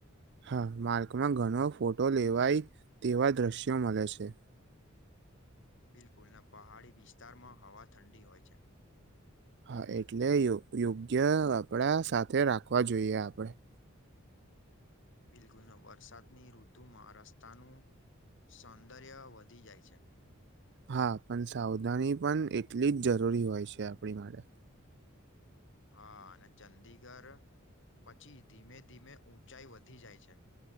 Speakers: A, on the right; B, on the left.
A: હા માર્કમાં ઘણો ફોટો લેવાય તેવા દ્રશ્યો મળે છે
B: બિલકુલ પહાડી વિસ્તારમાં હવા ઠંડી હોય છે.
A: હા એટલે યોગ્ય યોગ્ય આપડા સાથે રાખવા જોઈએ આપણેે
B: બિલકુલ વરસાદની ઋતુમાં રસ્તાનું સૌંદર્ય વધી જાય છે
A: હા પણ સાવધાની પણ એટલી જ જરૂરી હોય છે આપણી માટે
B: હા અને ચંદીગઢ પછી ધીમે ધીમે ઊંચાઈ વધી જાય છે